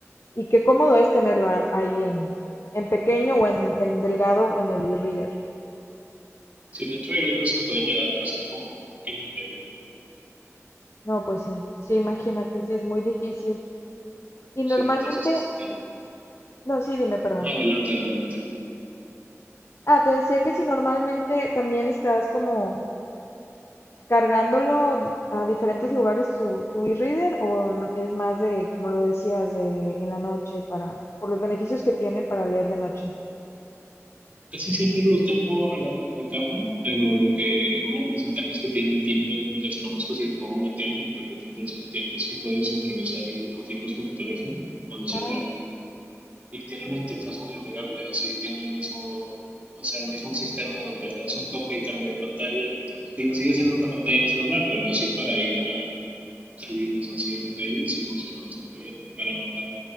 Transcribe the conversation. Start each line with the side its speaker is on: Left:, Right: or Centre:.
Left: y qué cómodo es tenerlo a- ahí en, en pequeño o en, en delgado en el e-reader.
Right: Sí, de hecho hay libros que pueden llegar a pesar como un kilo y medio, ¿no?
Left: No, pues sí, sí, imagínate, sí es muy difícil. Y
Right: Sí,
Left: normalmente,
Right: entonces, este,
Left: no, sí, dime, perdón.
Right: no, adelante, adelante.
Left: Ah, te decía que si normalmente también estás como cargándolo a diferentes lugares tu, tu e-reader o es más de, como lo decías, de en la noche para, por los beneficios que tiene para leer de noche?
Right: Casi siempre lo tengo al lado de mi cama, pero lo que, una de las ventajas que tiene el Kindle, desconozco si el Kobo la tiene, pero el Kindle sí la tiene, es que puedes sincronizar el- los libros con tu teléfono o el celular
Left: Ah,
Right: y tiene una interfaz muy amigable, así tiene el mismo, o sea, el mismo sistema donde le das un toque y cambia de pantalla, entonces, digo, sigue siendo una pantalla de celular, pero así para ir a salidas o así a la calle, sí funciona bastante bien para no andar,